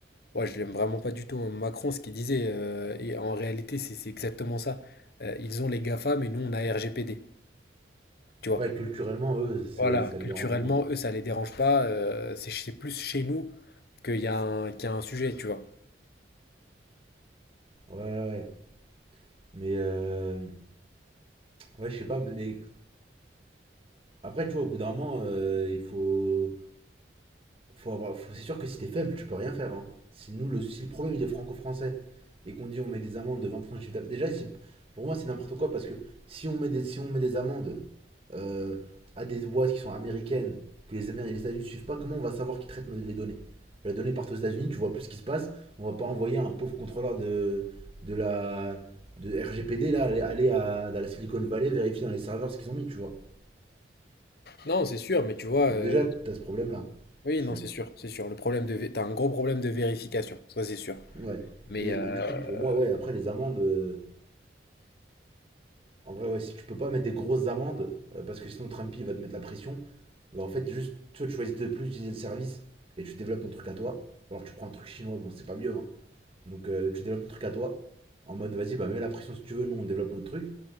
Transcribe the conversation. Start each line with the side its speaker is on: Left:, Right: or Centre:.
Left: Ouais, je l'aime vraiment pas du tout. hein. Macron, ce qu'il disait, euh, et en réalité, c'est c'est exactement ça. Euh, ils ont les GAFA, mais nous, on a RGPD. Tu vois.
Right: Ouais, culturellement, eux, c'est,
Left: Voilà,
Right: ça
Left: culturellement,
Right: les dérange moins, quoi.
Left: eux, ça les dérange pas. euh, c'est c'est plus chez nous qu'il y a un, qu'il y a un sujet, tu vois.
Right: Ouais, ouais. ouais. Mais, euh, ouais, je sais pas, mais après, tu vois, au bout d'un moment, euh, il faut Faut avoir, faut- c'est sûr que si t'es faible, tu peux rien faire. hein. Si, nous, le, si le problème il est franco-français et qu'on dit on met des amendes de 20% de chiffre d'affaires- déjà, c'est- pour moi c'est n'importe quoi parce que si on met des, si on met des amendes euh, à des boîtes qui sont américaines, que les, Améri- les États-Unis ne suivent pas, comment on va savoir qui traitent nos- les données Les données partent aux États-Unis, tu vois plus ce qui se passe, on va pas envoyer un pauvre contrôleur de, de la de RGPD là, aller, aller à, dans la Silicon Valley vérifier dans les serveurs ce qu'ils ont mis, tu vois.
Left: Non, c'est sûr, mais tu vois,
Right: Donc
Left: euh,
Right: déjà, t'as ce problème là,
Left: oui,
Right: tu
Left: non,
Right: vois.
Left: c'est sûr, c'est sûr. Le problème de, vé- t'as un gros problème de vérification, ça c'est sûr.
Right: Ouais.
Left: Mais
Right: Et,
Left: euh,
Right: et du coup, pour moi, ouais, après les amendes, euh, en vrai, ouais, si tu peux pas mettre des grosses amendes, euh, parce que sinon Trumpy va te mettre la pression, bah, en fait, juste, tu vois, tu choisis de plus utiliser le service et tu développes ton truc à toi. Ou Alors, tu prends un truc chinois, bon, c'est pas mieux, hein. Donc, euh, tu développes ton truc à toi, en mode, vas-y, bah, mets la pression si tu veux, nous, on développe notre truc.